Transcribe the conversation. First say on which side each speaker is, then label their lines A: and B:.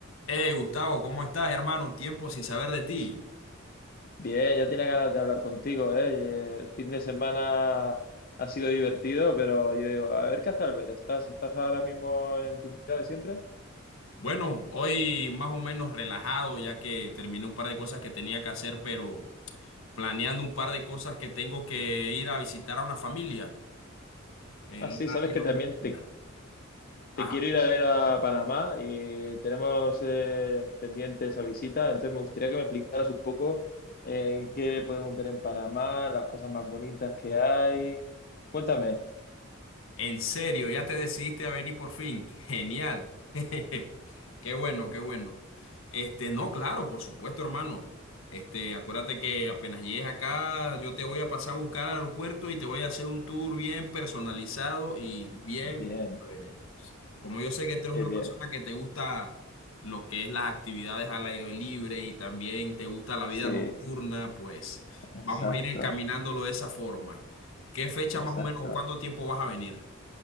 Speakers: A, on the left; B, on the left.
A: Hey Gustavo, ¿cómo estás, hermano? Tiempo sin saber de ti.
B: Bien, ya tenía ganas de hablar contigo, ¿eh? Y, eh, El fin de semana ha sido divertido, pero yo digo, a ver qué hace Albert, ¿estás, estás ahora mismo en tu ciudad de siempre?
A: Bueno, hoy más o menos relajado ya que terminé un par de cosas que tenía que hacer, pero planeando un par de cosas que tengo que ir a visitar a una familia en
B: Ah, sí,
A: una
B: sabes
A: área
B: que
A: muy
B: también
A: linda.
B: te, te
A: Ajá,
B: quiero ir a ver a Panamá y tenemos eh, pendiente esa visita, entonces me gustaría que me explicaras un poco eh, qué podemos ver en Panamá, las cosas más bonitas que hay. Cuéntame.
A: en serio, ya te decidiste a venir por fin. Genial. <laughs> Qué bueno, qué bueno. Este, no, claro, por supuesto, hermano. Este, acuérdate que apenas llegues acá, yo te voy a pasar a buscar al aeropuerto y te voy a hacer un tour bien personalizado y bien
B: Bien,
A: chévere. Como yo sé que tú
B: qué
A: eres una
B: bien.
A: persona que te gusta lo que es las actividades al aire libre y también te gusta la
B: Sí,
A: vida nocturna, pues
B: exacto,
A: vamos a ir encaminándolo de esa forma. ¿Qué fecha
B: exacto.
A: más o menos o cuánto tiempo vas a venir?